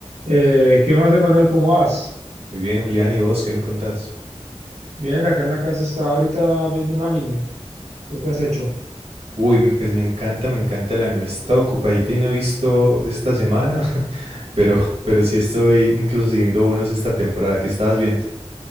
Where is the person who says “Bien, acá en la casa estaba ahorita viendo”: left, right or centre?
Right